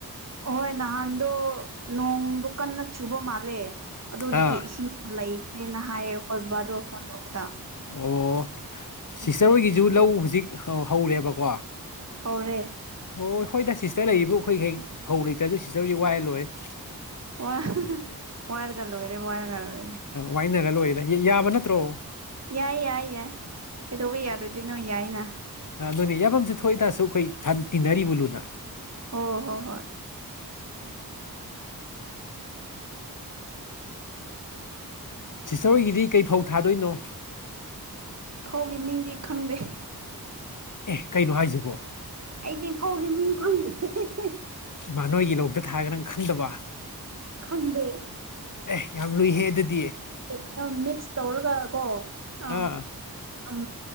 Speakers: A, on the right (about 45°); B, on the left (about 55°).
A: ꯑꯍꯣꯏ ꯅꯍꯥꯟꯗꯣ ꯅꯣꯡꯗꯣ ꯀꯟꯅ ꯆꯨꯕ ꯃꯥꯜꯂꯦ ꯑꯗꯨꯗꯒꯤ
B: ꯑꯥ
A: ꯏꯁꯤꯡ꯫ ꯂꯩꯈ꯭ꯔꯦꯅ ꯍꯥꯏꯌꯦ ꯑꯩꯈꯣꯏ ꯕꯕꯥꯗꯣ ꯐꯣꯟ ꯇꯧꯕꯗ꯫
B: ꯑꯣ
A: ꯑꯗꯨꯒꯤ
B: ꯁꯤꯁꯇꯔ ꯍꯣꯏꯒꯤꯖ ꯂꯧ ꯍꯧꯖꯤꯛ ꯍꯧꯔꯦꯕꯀꯣ꯫
A: ꯍꯧꯔꯦ꯫
B: ꯑꯣ ꯑꯩꯈꯣꯏꯗ ꯁꯤꯁꯇꯔ ꯂꯩꯔꯤꯕ ꯑꯩꯈꯣꯏ ꯍꯌꯦꯡ ꯐꯧ ꯂꯩꯇ꯭ꯔꯁꯨ ꯁꯤꯁꯇꯔꯗꯤ ꯋꯥꯏꯍꯜꯂꯣꯏꯑꯦ꯫
A: ꯋꯥ ꯋꯥꯏꯔꯒ ꯂꯣꯏꯔꯦ ꯋꯥꯏꯔꯒ ꯂꯣꯏꯔꯦ꯫
B: ꯋꯥꯏꯅꯔ ꯂꯣꯏꯔꯦꯗ ꯌꯥꯕ ꯅꯠꯇ꯭ꯔꯣ꯫
A: ꯌꯥꯏ ꯌꯥꯏ ꯌꯥꯏ ꯀꯩꯗꯧꯕ ꯌꯥꯔꯣꯏꯗꯣꯏꯅꯣ ꯌꯥꯏꯅ꯫
B: ꯑꯗꯨꯅꯦ ꯌꯥꯝꯐꯝꯁꯨ ꯊꯣꯛꯏ ꯑꯁꯨꯛ ꯀꯨꯏ ꯈꯟ ꯇꯤꯟꯅꯔꯤꯕꯨ ꯂꯨꯅ꯫
A: ꯍꯣ ꯍꯣ ꯍꯣꯏ꯫
B: ꯁꯤꯁꯇꯔ ꯍꯣꯏꯒꯤꯗꯤ ꯀꯩ ꯐꯧ ꯊꯥꯗꯣꯏꯅꯣ꯫
A: ꯐꯧꯒꯤ ꯃꯤꯡꯗꯤ ꯈꯪꯗꯦ꯫
B: ꯑꯦ ꯀꯩꯅꯣ ꯍꯥꯏꯁꯤꯕꯣ
A: ꯑꯩꯗꯤ ꯐꯧꯒꯤ ꯃꯤꯡ ꯈꯪꯡꯗꯦ꯫
B: ꯃꯥ ꯅꯣꯏꯒꯤ ꯂꯧꯗ ꯊꯥꯒ ꯅꯪ ꯈꯪꯗꯕ꯫
A: ꯈꯪꯡꯗꯦ꯫
B: ꯑꯦ ꯌꯥꯝ ꯂꯨꯏꯍꯦ ꯑꯗꯨꯗꯤ꯫
A: ꯑꯗꯨꯝ ꯃꯤꯛꯁ ꯇꯧꯔꯒ ꯀꯣ ꯑ
B: ꯑꯥ
A: ꯎꯝ꯫